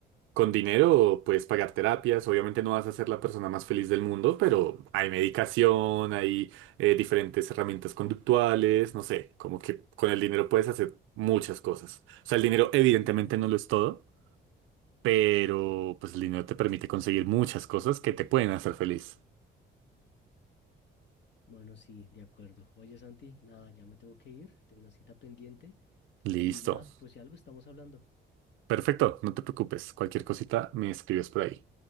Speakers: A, on the right; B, on the left.
A: Con dinero puedes pagar terapias, obviamente no vas a ser la persona más feliz del mundo, pero hay medicación, hay eh, diferentes herramientas conductuales, no sé, como que con el dinero puedes hacer muchas cosas. O sea, el dinero evidentemente no lo es todo, pero pues el dinero te permite conseguir muchas cosas que te pueden hacer feliz.
B: Bueno, sí, de acuerdo. Oye, Santi, nada, ya me tengo que ir, tengo una cita pendiente
A: Listo.
B: y nada, pues si algo estamos hablando.
A: Perfecto, no te preocupes. Cualquier cosita me escribes por ahí.